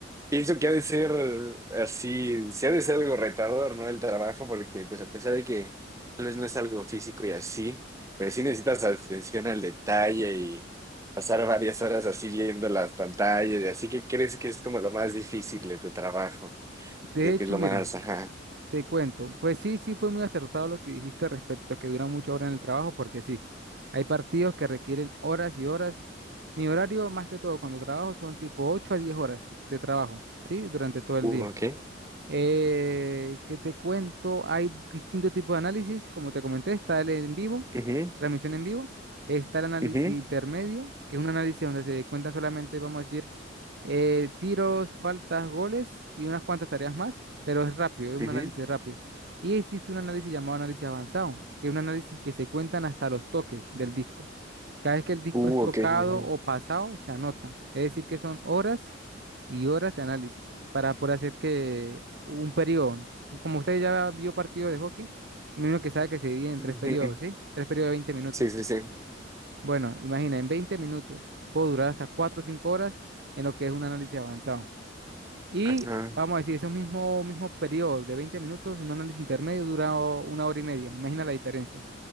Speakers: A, on the right; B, on the right.
A: pienso que ha de ser así, sí ha de ser algo retador, ¿no? El trabajo, porque pues a pesar de que tal vez no es algo físico y así, pues sí necesitas atención al detalle y pasar varias horas así viendo las pantallas y así que crees que es como lo más difícil de tu trabajo.
B: De
A: Creo
B: hecho,
A: que es lo
B: mire,
A: más, ajá.
B: te cuento, pues sí, sí fue muy acertado lo que dijiste respecto a que dura muchas horas en el trabajo, porque sí, hay partidos que requieren horas y horas. Mi horario, más que todo, cuando trabajo, son tipo 8 a 10 horas de trabajo, ¿sí? Durante todo el
A: Uh,
B: día.
A: ok.
B: Eh, ¿qué te cuento? Hay distintos tipos de análisis, como te comenté, está el en vivo,
A: Ujú,
B: transmisión en vivo, está el análisis
A: ujú,
B: intermedio, que es un análisis donde se cuentan solamente, vamos a decir, eh, tiros, faltas, goles y unas cuantas tareas más, pero es rápido, es un
A: ujú.
B: análisis rápido. Y existe un análisis llamado análisis avanzado, que es un análisis que se cuentan hasta los toques del disco. Cada vez que el disco
A: Uh,
B: es tocado
A: ok. ujú,
B: o pasado, se anota. Es decir, que son horas y horas de análisis para poder hacer que un periodo. Como usted ya vio partido de hockey, me imagino que sabe que se divide en
A: ujú.
B: tres periodos, ¿sí? Tres periodos de 20 minutos.
A: Sí, sí, sí.
B: Bueno, imagina, en 20 minutos puedo durar hasta 4 o 5 horas en lo que es un análisis avanzado. Y
A: Ajá.
B: vamos a decir, ese mismo, mismo periodo de 20 minutos, un análisis intermedio dura o- una hora y media. Imagina la diferencia.